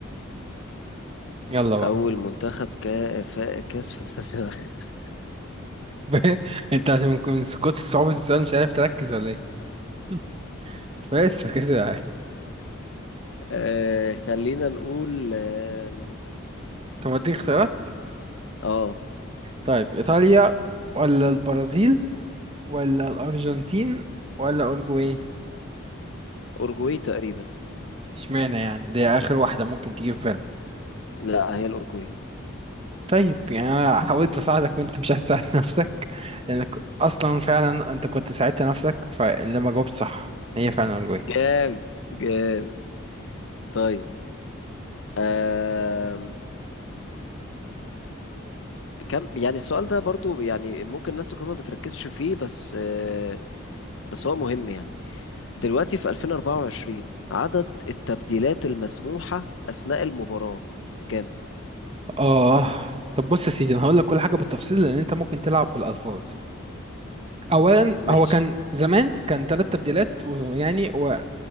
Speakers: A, on the right; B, on the left.
A: يلا بقى
B: اول منتخب كا- فا- كاس في كاس العالم <laughs>
A: <laughs> انت عشان من من كتر صعوبه السؤال مش عارف تركز ولا ايه <laughs> فاز في كاس العالم
B: آه، خلينا نقول آم،
A: طب اديك اختيارات
B: اه
A: طيب ايطاليا ولا البرازيل ولا الارجنتين ولا اوروجواي
B: اورجواي تقريبا
A: اشمعنى يعني دي اخر واحده ممكن تيجي في بالك
B: لا هي الاورجواي
A: طيب يعني انا حاولت اساعدك وانت مش عايز تساعد <laughs> نفسك لانك اصلا فعلا انت كنت ساعدت نفسك فلما جاوبت صح هي فعلا الجوي
B: جاب جاب طيب آم، كم يعني السؤال ده برضو يعني ممكن الناس تكون ما بتركزش فيه بس آه، بس هو مهم يعني دلوقتي في 2024 عدد التبديلات المسموحة أثناء المباراة كام؟
A: اه طب بص يا سيدي انا هقول لك كل حاجه بالتفصيل لان انت ممكن تلعب بالالفاظ اولا
B: ماشي
A: هو كان زمان كان ثلاث تبديلات ويعني و...